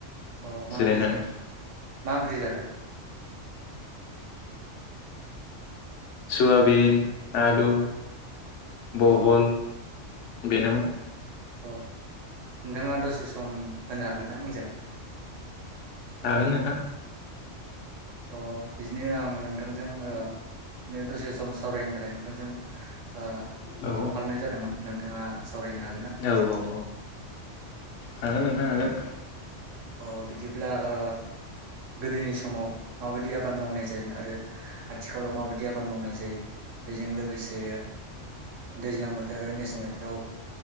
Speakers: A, on the right (about 80°); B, on the left (about 75°).
A: अ मा
B: जिरायनानै
A: ओंख्रि जाखो मा ओंख्रि जाखो?
B: सुयाबिन आलु बहल बेनोमोन
A: अ नोंथाङा दसे सम होनो हागोन ना आंजों
B: हागोन नोंथां
A: अ बिदिनो आं नोंथांजों ओ बिदिनो दसे सम सावरायनो थाखाय नोंथांजों ओ
B: औ
A: फन खालामनाय जादोंमोन नोंथाङा सावरायनो हागोन ना आंजों
B: औ औ हागोन नोंथां हागोन
A: अ बिदिब्ला ओ गोदोनि समाव माबादि आबाद मावनाय जायोमोन आरो आथिखालाव माबादि आबाद मावनाय जायो बेजों लोगोसे दैज्लां बोथोर आरो मेसें बोथोराव